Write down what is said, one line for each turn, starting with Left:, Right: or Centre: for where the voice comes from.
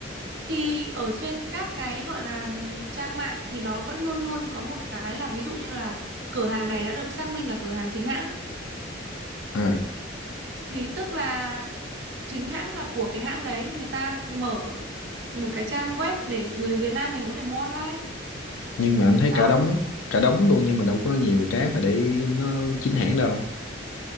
Right: thì ở trên các cái gọi là trang mạng thì nó vẫn luôn luôn có một cái là ví dụ như là cửa hàng này đã được xác minh là cửa hàng chính hãng
Left: à.
Right: thì tức là chính hãng là của cái hãng đấy người ta mở một cái trang web để người Việt Nam mình có thể mua online
Left: nhưng mà anh thấy
Right: đó
Left: cả đống cả đống luôn nhưng mà đâu có nhiều cái mà để nó chính hãng đâu